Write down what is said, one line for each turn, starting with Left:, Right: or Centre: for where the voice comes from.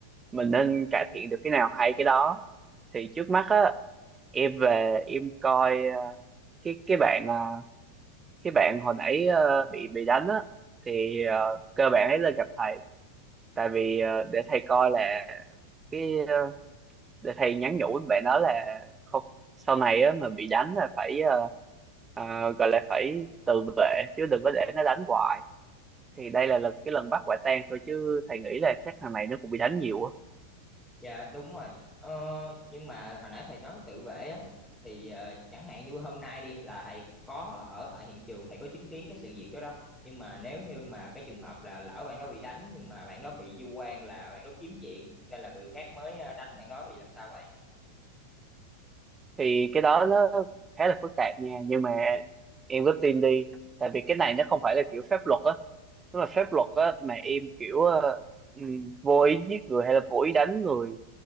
Right: mình nên cải thiện được cái nào hay cái đó thì trước mắt á em về em coi ờ, cái cái bạn ờ, cái bạn hồi nãy ờ, bị bị đánh á thì ờ, cơ bản ấy là gặp thầy tại vì ờ, để thầy coi là cái ờ, để thầy nhắn nhủ với bạn đó là không sau này á mà bị đánh là phải ờ, ờ, gọi là phải tự vệ chứ đừng có để nó đánh hoài thì đây là lần cái lần bắt quả tang thôi chứ thầy nghĩ là chắc thằng này nó cũng bị đánh nhiều á
Centre: Dạ đúng rồi. Ờ, nhưng mà hồi nãy thầy nói tự vệ á thì ờ, chẳng hạn như hôm nay đi là thầy có ở tại hiện trường thầy có chứng kiến cái sự việc đó đó. Nhưng mà nếu như mà cái trường hợp là lỡ bạn đó bị đánh nhưng mà bạn đó bị vu oan là bạn đó kiếm chuyện nên là người khác mới ờ, đánh bạn đó thì làm sao thầy?
Right: thì cái đó nó khá là phức tạp nha nhưng mà em cứ tin đi tại vì cái này nó không phải là kiểu pháp luật á nếu mà pháp luật á mà em kiểu ờ, ừm, vô ý giết người hay là vô ý đánh người